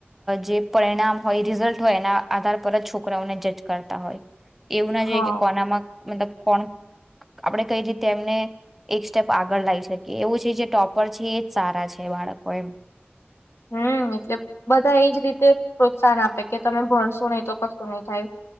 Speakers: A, in the centre; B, on the left (about 85°).
A: જે પરિણામ હોય રિઝલ્ટ હોય એના આધાર પર જ છોકરાઓને જજ કરતા હોય. એવું ના
B: હા.
A: જોઈએ કે કોનામાં મતલબ કોણ આપડે કઈ રીતે એમને એક સ્ટેપ આગળ લાવી શકીએ એવું છે જે ટોપર છે એજ સારા છે બાળકો એમ.
B: હમ એટલે બધા એજ રીતે પ્રોત્સાહન આપે કે તમે ભણશો નહી તો કશું નહી થાય